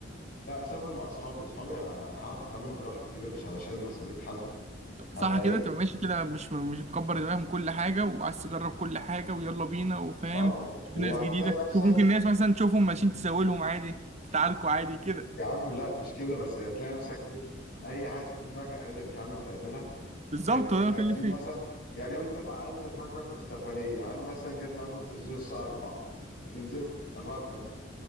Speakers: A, on the left (about 60°); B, on the right (about 35°).
A: لا اسافر مع اصحابي اصحابي ه- هعرف اتعامل براحتي كده مش هبقى شايل مسؤوليه حد هبقى
B: صح كده
A: ايه
B: تبقى ماشي كده مش مش مكبر دماغك من كل حاجة وعايز تجرب كل حاجة ويلا بينا وفاهم
A: اه
B: شوف
A: وهتلاقي
B: ناس جديدة
A: نفسك
B: شوف ممكن ناس مثلا تشوفهم ماشيين تساوي لهم عادي تتعاركوا عادي كده
A: يا عم لا مش كده بس هتلاقي نفسك ايه اي حاجه تيجي في دماغك قادر فعلا تعملها
B: بالظبط
A: فاهمني
B: هو ده
A: قادرين
B: اللي بتكلم فيه
A: مثلا يعني وانت مع عيلتك مثلا في السفريه هل مثلا جت معاكم تنزلوا الساعه 4 تنزلوا 4 الفجر